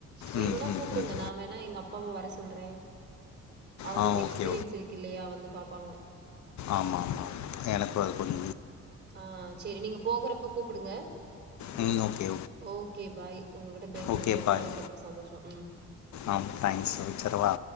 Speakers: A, on the right (about 35°); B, on the left (about 70°).
A: வேணுனா
B: ம் ம்
A: கூப்புடுங்க
B: ம்
A: நா வேணா ன்ன எங்க அப்பாவ வர சொல்ற அவுங்களுக்கு
B: ஆ
A: எக்ஸ்பீரியன்ஸ்
B: ஓகே
A: இருக்கு இல்லையா வந்து பாப்பாங்க
B: ஆமா ஆமா ஆ எனக்கு அது கொஞ்
A: ஆஹ் சேரி நீங்க போகறப்ப கூப்புடுங்க
B: ம் ஓகே
A: ஓகே பாய் உங்கட்ட பேசினது
B: ஓகே
A: ரொம்ப
B: பாய்
A: நாளைக்கு அப்றோ சந்தோஷோ உம்
B: ஆ தேங்க்ஸ் வச்சரவா